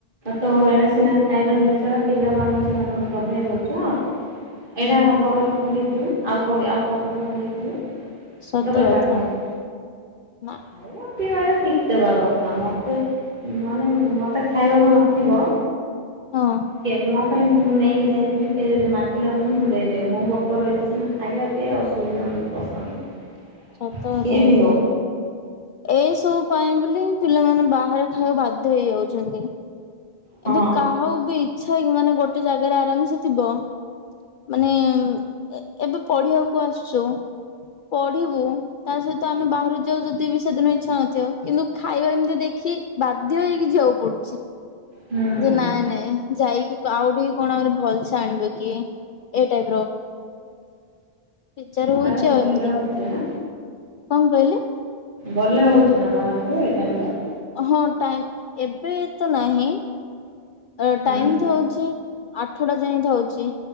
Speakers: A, on the right (about 55°); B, on the left (about 60°).
A: ତ ଏଇଟା ସିନା ଖାଇବା ଜିନିଷଟା, ପିଲାମାନଙ୍କୁ ସିନା ତମେ ଦବେଇ ଦଉଛ ଏଇଟା
B: ହୁଁ
A: ଆଗ ବଡ ଲୋକ ହେଇଥିଲେ? ଆଉ କୋଉଠି ଆଉ କୋଉ କାମରେ ହେଇଥିଲେ?
B: ସତ
A: ଦବେଇ
B: କଥା
A: ପାରିଥାନ୍ତେ।
B: ନା
A: ଖାଇବା ପିଇବାଟା ଠିକ ଦବା କଥା। ମତେ ମାନେ ମତେ ଖାଇବାକୁ ନଥିବ
B: ହଁ
A: କେ ମ ପାଇଁ ମୁଁ ନେଇକି ଯାଇଥିବି। କିଏ ଯଦି ମାଗିଲା ବୋଲି ମୁଁ ଦେଇଦେବି। ମୁଁ ଭୋକ ରହିଛି ସିନା ଖାଇବା ପିଇଆ ଅସୁବିଧା ପସନ୍ଦ ନୁହେଁ।
B: ସତ କଥା
A: କିଏ ବି
B: ଏଟା।
A: ହଉ
B: ଏ ସବୁ ପାଇଁ ବୋଲି ପିଲାମାନେ ବାହାରେ ଖାଇବା ବାଧ୍ୟ ହେଇଯାଉଛନ୍ତି।
A: ହଁ
B: ଏବେ କାହାକୁ ବି ଇଚ୍ଛା ହେଇ ମାନେ ଗୋଟେ ଜାଗାରେ ଆରାମସେ ଥିବ ମାନେ ଏ ଏବେ ପଢିବାକୁ ଆସୁଛୁ ପଢିବୁ। ତା ସହିତ ଆମେ ବାହାରୁ ଯାଉ ଯଦି ବି ସେଦିନ ଇଚ୍ଛା ନଥିବ କିନ୍ତୁ ଖାଇବା ଏମିତି ଦେଖ କି ବାଧ୍ୟ ହେଇକି ଯିବାକୁ ପଡୁଛି।
A: ହୁଁ।
B: ଯେ ନାଇଁ ନାଇଁ ଯାଇକି ତ ଆଉ ଟିକେ କଣ ଆହୁରି ଭଲସେ ଆଣିବ କିଏ ଏଇ ଟାଇପ ର ବେଜାର
A: ବାହାରକୁ
B: ହଉଛି ଆଉ
A: ଗଲେ
B: ଏମିତି।
A: ହଉଛି ନା
B: କଣ କହିଲେ?
A: ଗଲେ ହଉଛି ନା ବାହାରକୁ ଏଇ ଟାଇମରେ?
B: ହଁ ଟାଇମ ଏବେ ତ ନାହିଁ ଏ
A: ହୁଁ
B: ଟାଇମ ଥାଉଛି ଆଠଟା ଯାଇ ଥାଉଛି